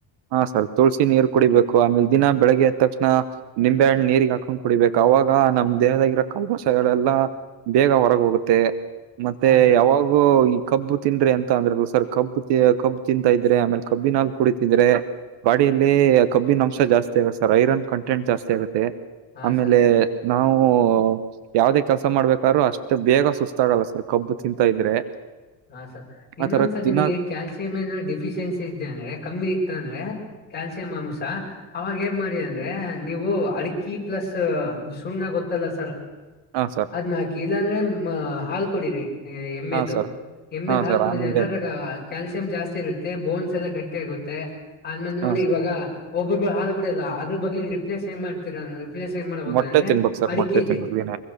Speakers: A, on the right (about 60°); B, on the left (about 20°).
A: ಹಾ ಸರ್ ತುಳ್ಸಿ ನೀರ್ ಕುಡಿಬೇಕು ಆಮೇಲೆ ದಿನ ಬೆಳಗ್ಗೆ ಎದ್ದ ತಕ್ಷಣ ನಿಂಬೆಹಣ ನೀರಿಗ ಹಾಕೊಂಡ ಕುಡಿಬೇಕು ಅವಾಗ ನಮ್ಮ ದೇಹದಾಗಿರೋ ಕಲ್ಮಸಗಳೆಲ್ಲಾ ಬೇಗ ಹೊರಗ ಹೋಗುತ್ತೆ ಮತ್ತೆ
B: ಹಾ ಸರ್
A: ಯಾವಾಗ ಓ ಈ ಕಬ್ಬು ತಿಂದ್ರೆ ಅಂತ ಅಂದ್ರರು ಸರ್ ಕಬ್ಬು ಕಬ್ಬ ತಿಂತಾ ಇದ್ರೆ ಆಮೇಲೆ ಕಬ್ಬಿನಾಲ ಕುಡ ದ್ರೆ ಬಾಡಿಯಲ್ಲಿ ಕಬ್ಬಿನ ಅಂಶ ಜಾಸ್ತಿ ಆಗುತ್ತೆ ಸರ್ ಐರನ್ ಕಂಟೆಂಟ್ ಜಾಸ್ತಿ ಆಗುತ್ತೆ.
B: ಹಾ
A: ಆಮೇಲೆ
B: ಸರ್
A: ನಾವು ಯಾವದೇ ಕೆಲ್ಸ ಮಾಡ್ಬೇಕಾದ್ರು ಅಷ್ಟು ಬೇಗ ಸುಸ್ತಾಗಲ್ಲ ಸರ್ ಕಬ್ಬು ತಿಂತ ಇದ್ರೆ
B: ಹ ಸರ್ ಇನ್ನೊಂದ
A: ಆತರ
B: ಸರ್ ನಿಮಗೆ
A: ದಿನ
B: ಕ್ಯಾಲ್ಸಿಯಮ್ ಏನೋ ಡಿಫಿಶಿಯೆನ್ಸಿ ಇದ್ದೆ ಅಂದ್ರೆ ಕಮ್ಮಿ ಇತ್ತ ಅಂದ್ರೆ ಕ್ಯಾಲ್ಸಿಯಂ ಅಂಶ ಅವಾಗ ಏನ್ ಮಾಡಿ ಅಂದ್ರೆ ನೀವು ಅಡಕಿ ಪ್ಲಸ್ ಸುಣ್ಣ ಗೊತ್ತಲ್ಲ ಸರ್.
A: ಹಾ ಸರ್.
B: ನಾಕಿ ಇಲ್ಲ ಅಂದ್ರೆ ಮ ಹಾಲ್ ಕೊಡಿರಿ ಎಮ್ಮೆದು
A: ಹಾ ಸರ್
B: ಎಮ್ಮೆದ
A: ಹಾ
B: ಹಾಲ
A: ಸರ್
B: ಕುಡಿದೆ
A: ಆಮೇಲೆ
B: ಅಂದ್ರ ಅದ್ರಾಗ ಕ್ಯಾಲ್ಸಿಯಂ ಜಾಸ್ತಿ ಇರುತ್ತೆ ಬೋನ್ಸ್ ಎಲ್ಲ ಗಟ್ಟಿ ಆಗುತ್ತೆ. ಆಮೇಲ ನೋಡಿ
A: ಹಾ
B: ಇವಾಗ ಒಬ್ಬೊಬ್ರ ಹಾಲು ಕುಡಲ್ಲ ಅದ್ರ ಬಗ್ಗೆ ನೀವು ರಿಪ್ಲೇಸ್ ಏನ್ ಮಾಡ್ತೀರ ಪ್ಲ ಏನ್ ಮಾಡ್ಬೇಕ
A: ಮೊಟ್ಟೆ
B: ಅಂದ್ರೆ
A: ತಿನ್ಬೇಕು ಸರ್
B: ಅಡಿಕೆಲಿ
A: ಮೊಟ್ಟೆ ತಿನ್ಬೇಕು ದಿನ